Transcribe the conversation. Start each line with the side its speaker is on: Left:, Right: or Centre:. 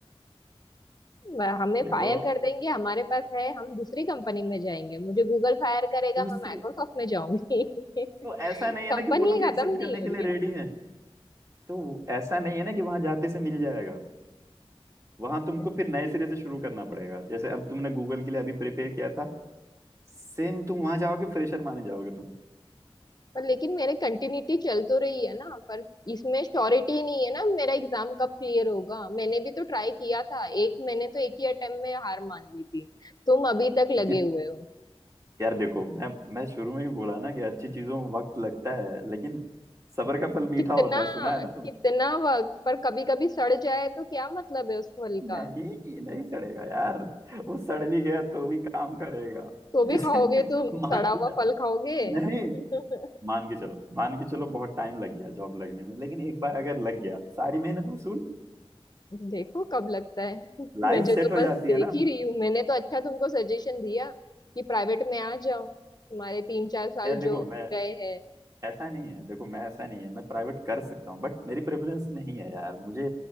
Left: वह- हमें
Right: देखो
Left: फायर कर देंगे हमारे पास है हम दूसरी कंपनी में जाएंगे मुझे गूगल फायर करेगा
Right: दूसरी
Left: मैं माइक्रोसॉफ्ट में जाऊंगी <laughs>
Right: तो ऐसा नहीं है
Left: कंपनी
Right: ना कि वो लोग एक्सेप्ट
Left: खत्म नहीं
Right: करने
Left: हो
Right: के
Left: रही
Right: लिए रेडी
Left: है
Right: हैं तो ऐसा नहीं है ना कि वहां जाते से मिल जाएगा वहां तुमको
Left: मुझसे।
Right: फिर नए सिरे से शुरू करना पड़ेगा जैसे अब तुमने गूगल के लिए अभी प्रिपेयर किया था सेम तुम वहां जाओगे फ्रेशर माने जाओगे तुम
Left: पर लेकिन मेरे कंटिन्यूटी चल तो रही है ना पर इसमें श्योरिटी नहीं है ना मेरा एग्जाम कब क्लियर होगा मैंने भी तो ट्राई किया था एक मैंने तो एक ही अटेम्प्ट में हार मान ली थी तुम अभी तक
Right: दे-
Left: लगे हुए हो
Right: यार देखो मैं मैं शुरू में ही बोला ना कि अच्छी चीजों में वक्त लगता है लेकिन सब्र का फल मीठा
Left: कितना
Right: होता है सुना है ना
Left: कितना वक्त पर कभी कभी सड़ जाए तो क्या मतलब है उस फल का
Right: नहीं नहीं सड़ेगा यार वो सड़ भी गया तो भी काम करेगा
Left: तो भी
Right: जैसे
Left: खाओगे तुम
Right: मान
Left: सड़ा हुआ फल खाओगे
Right: नहीं
Left: <laughs>
Right: मान के चलो मान के चलो बहुत टाइम लग गया जॉब लगने में लेकिन एक बार अगर लग गया सारी मेहनत वसूल
Left: देखो कब लगता है <laughs> मुझे
Right: लाइफ सेट
Left: तो
Right: हो
Left: बस
Right: जाती
Left: देख
Right: है ना
Left: ही रही हूँ मैंने तो अच्छा तुमको सजेशन दिया कि प्राइवेट में आ जाओ तुम्हारे तीन चार साल
Right: यार
Left: जो
Right: देखो मैं
Left: गए हैं
Right: ऐसा नहीं है देखो मैं ऐसा नहीं है मैं प्राइवेट कर सकता हूँ बट मेरी प्रेफरेंस नहीं है यार मुझे